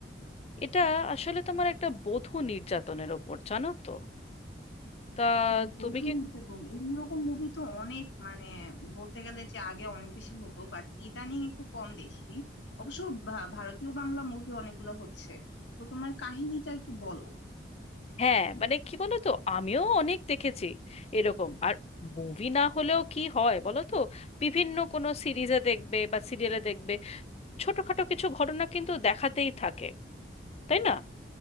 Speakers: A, on the left (about 35°); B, on the left (about 80°).
A: এটা আসলে তোমার একটা বধূ নির্যাতনের ওপর জানো তো তা
B: উম, বধূ
A: তুমি কি
B: নির্যাতন এইরকম মুভি তো অনেক মানে বলতে গেলে যে আগে অনেক বেশি হতো বাট ইদানিং একটু কম দেখি অবশ্য ভা- ভারতীয় বাংলা মুভি অনেকগুলো হচ্ছে তো তোমার কাহিনীটা একটু বলো
A: হ্যাঁ মানে কি বলো তো আমিও অনেক দেখেছি এরকম আর মুভি না হলেও কি হয় বলো তো বিভিন্ন কোনো সিরিজে দেখবে বা সিরিয়ালে দেখবে ছোটখাটো কিছু ঘটনা কিন্তু দেখাতেই থাকে তাই না